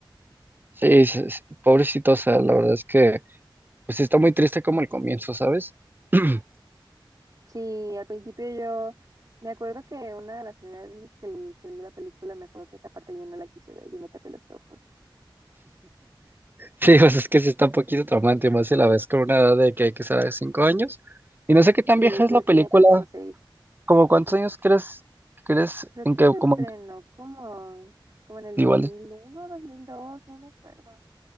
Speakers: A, on the right; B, on the right.
A: Sí, es- es- pobrecito, o sea, la verdad es que, pues está muy triste como el comienzo, ¿sabes? <clears throat>
B: Sí, al principio yo me acuerdo que una de las primeras veces que, el- que vi la película me acuerdo que esa parte yo no la quise ver, yo me tapé los ojos.
A: Sí, pues es que sí está un poquito traumante, más si la ves con una edad de que hay que ser de cinco años. Y no sé qué tan
B: Sí,
A: vieja es
B: pero
A: la
B: yo
A: película,
B: tenía creo como seis.
A: como cuántos años crees, crees
B: Creo
A: en
B: que
A: que,
B: se estrenó
A: como,
B: como, como en el
A: igual,
B: 2001, 2002, no me acuerdo.